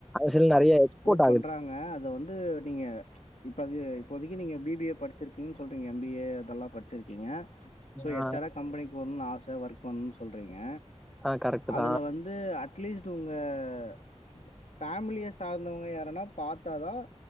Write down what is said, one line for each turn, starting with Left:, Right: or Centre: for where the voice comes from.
Centre: சில
Left: அங்க
Centre: நெறைய
Left: எக்ஸ்போர்ட்
Centre: ஆகுது.
Left: பண்றாங்க அத வந்து நீங்க இப்ப அது இப்போதைக்கு நீங்க பி பி ஏ படிச்சிருக்கீங்கன்னு சொல்றீங்க எம் பி ஏ அதெல்லாம் படிச்சிருக்கீங்க சோ
Centre: ஆ,
Left: எச்ஆடா கம்பெனிக்கு போனுனு ஆச ஒர்க் பண்ணு சொல்றீங்க
Centre: ஆ கரெக்ட்டு
Left: அதுல
Centre: தான்.
Left: வந் து அட்லீஸ்ட் உங்க <inaudible> ஃபேமிலிய சாந்தவங்க யாருன்னா தாத்தா தான்